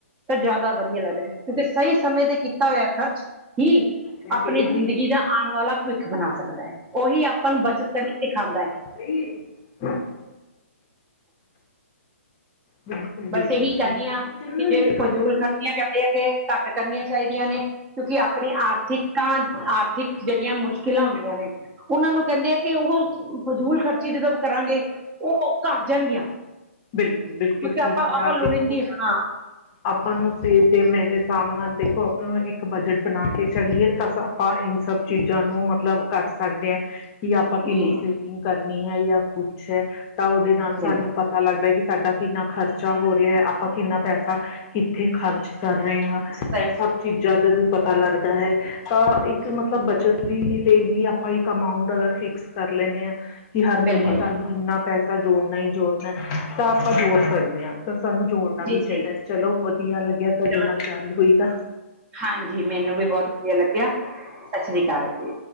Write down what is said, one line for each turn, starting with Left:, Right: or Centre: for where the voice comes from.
Right: ਤਾਂ ਜ਼ਿਆਦਾ ਵਧੀਆ ਲੱਗਦਾ ਕਿਉਂਕਿ ਸਹੀ ਸਮੇਂ ਤੇ ਕੀਤਾ ਹੋਇਆ ਖਰਚ ਹੀ
Left: ਮੈਂ
Right: ਆਪਣੀ
Left: ਗਈ ਸੀਗੀ।
Right: ਜ਼ਿੰਦਗੀ ਦਾ ਆਉਣ ਵਾਲਾ ਭਵਿੱਖ ਬਣਾ ਸਕਦਾ ਹੈ ਉਹੀ ਆਪਾਂ ਨੂੰ ਬੱਚਤਾਂ ਕਰਨੀ ਸਿਖਾਉਂਦਾ ਹੈ।
Left: <inaudible> ਬਿਲਕੁਲ ਬਿਲਕੁਲ
Right: ਬਸ
Left: ਬਿਲਕੁਲ
Right: ਇਹੀ ਚਾਹੁੰਦੀ
Left: ਠੀਕ
Right: ਹਾਂ
Left: ਹੈ
Right: ਕਿ ਜੇ
Left: ਦੇਣਾ
Right: ਫਜ਼ੂਲ ਖ਼ਰਚੀਆਂ ਕਰਦੇ ਜੇ ਆ ਕਿ ਘੱਟ ਕਰਨੀਆਂ ਚਾਹੀਦੀਆਂ ਨੇ। ਕਿਉਂਕਿ ਆਪਣੇ ਆਰਥਿਕਾਂ ਆਰਥਿਕ ਜਿਹੜੀਆਂ ਮੁਸ਼ਕਿਲਾਂ ਹੁੰਦੀਆਂ ਨੇ ਉਹਨਾਂ ਨੂੰ ਕਹਿੰਦੇ ਆ ਕਿ ਉਹ ਫਜ਼ੂਲ ਖਰਚੀ ਜਦੋਂ ਕਰਾਂਗੇ ਉਹ ਘੱਟ ਜਾਣਗੀਆਂ
Left: ਬਿਲਕੁਲ ਬਿਲਕੁਲ
Right: ਕਿਉਂਕਿ
Left: ਠੀਕ
Right: ਆਪਾਂ
Left: ਕੇਹਾ
Right: ਆਪਾਂ
Left: ਆਪ
Right: ਲੋੜੀਂਦੀ
Left: ਦੇਖੋ
Right: ਹਾਂ
Left: ਆਪਾਂ ਨੂੰ, ਜੇ ਮੇਰੇ ਹਿਸਾਬ ਨਾਲ ਦੇਖੋ ਆਪਾਂ ਨੂੰ ਇੱਕ ਬਜਟ ਬਣਾ ਕੇ ਚਲੀਏ ਤਾਂ ਆਪਾਂ ਇਨ ਸਭ ਚੀਜ਼ਾਂ ਨੂੰ ਮਤਲਬ ਕਰ ਸਕਦੇ ਹਾਂ ਕਿ ਆਪਾਂ ਕਿੰਨੀ
Right: ਜੀ
Left: ਸੇਵਿੰਗ ਗ ਕਰਨੀ ਹੈ ਜਾਂ ਕੁੱਛ ਹੈ ਤਾਂ ਉਹਦੇ ਨਾਲ ਸਾਨੂੰ
Right: ਬਿਲਕੁਲ
Left: ਪਤਾ ਪਤਾ ਲੱਗਦਾ ਕਿ ਸਾਡਾ ਕਿੰਨਾ ਖਰਚਾ ਹੋ ਰਿਹਾ ਆਪਾਂ ਕਿੰਨਾ ਪੈਸਾ ਕਿੱਥੇ ਖਰਚ ਕਰ ਰਹੇ ਹਾਂ
Right: ਸਹੀ
Left: ਇਹ ਸਬ ਚੀਜ਼ਾਂ ਦਾ ਵੀ ਪਤਾ ਲੱਗਦਾ ਹੈ, ਤਾਂ ਇੱਕ ਮਤਲਬ ਬੱਚਤ ਵੀ ਲਈ ਵੀ ਆਪਾਂ ਇੱਕ ਅਮਾਊਂਟ ਅਗਰ ਫਿਕਸ ਕਰ ਲੈਂਨੇ ਆਂ ਕਿ ਹਰ ਮਹੀਨੇ
Right: ਬਿਲਕੁਲ
Left: ਸਾਨੂੰ ਇੰਨਾ ਪੈਸਾ ਜੋੜਨਾ ਹੀ ਜੋੜਨਾ ਤਾਂ ਆਪਾਂ ਜੋੜ ਸਕਦੇ ਆਂ ਤਾਂ ਸਾਨੂੰ ਜੋੜਨਾ
Right: ਜੀ
Left: ਵੀ
Right: ਸਹੀ
Left: ਚਾਹੀਦਾ, ਚਲੋ ਵਧੀਆ ਲੱਗਿਆ ਤੁਹਾਡੇ
Right: ਚਲੋ
Left: ਨਾਲ ਗੱਲ ਹੋਈ ਤਾਂ
Right: ਹਾਂਜੀ ਮੈਨੂੰ ਵੀ ਬਹੁਤ ਵਧੀਆ ਲੱਗਿਆ ਸਤਿ ਸ੍ਰੀ ਅਕਾਲ ਜੀ